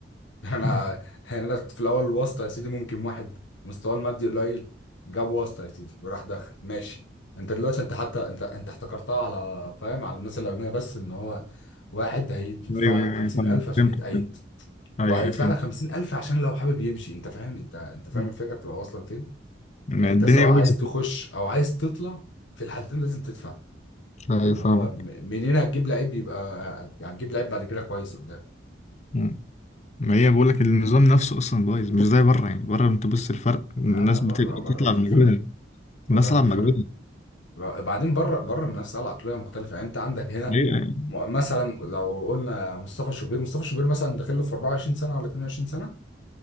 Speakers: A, on the left; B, on the left.
A: <laughs> انا
B: أمم.
A: يعني انا كنت في الاول الواسطة يا سيدي ممكن واحد مستواه المادي قليل جاب واسطة يا سيدي وراح داخل ماشي انت دلوقتي انت حتى انت انت احتكرتها على فاهم على الناس الأغنياء بس ان هو واحد هيدفع
B: ايوه ايوه
A: لك 50000
B: ايوه فاهمك
A: عشان
B: فهمت
A: يتأيد
B: فهمت ايوه
A: وهيدفع
B: ايوه فهمت
A: لك 50000 عشان لو حابب يمشي انت فاهم انت انت فاهم
B: أمم.
A: الفكرة بتبقى واصلة لفين
B: ما
A: يعني
B: الدنيا
A: انت سواء
B: بايظه
A: عايز تخش او عايز تطلع في الحالتين لازم تدفع
B: ايوه
A: فاللي
B: فاهمك
A: هو م- منين هتجيب لعيب يبقى هتجيب لعيب بعد كده كويس قدام
B: أمم. ما هي بقول لك النظام نفسه اصلا بايظ مش زي بره يعني بره انت بص الفرق الناس
A: لا لا بره
B: بت-
A: بره
B: بتطلع
A: في
B: بمجهودها
A: فرق بره
B: الناس تلعب
A: في فرق
B: بمجهودها
A: بعدين بره بره المنافسه العقليه مختلفه يعني انت عندك هنا
B: ايوه ايوه
A: م- مثلا لو قلنا مصطفى شوبير مصطفى شوبير مثلا داخل له في 24 سنه ولا 22 سنه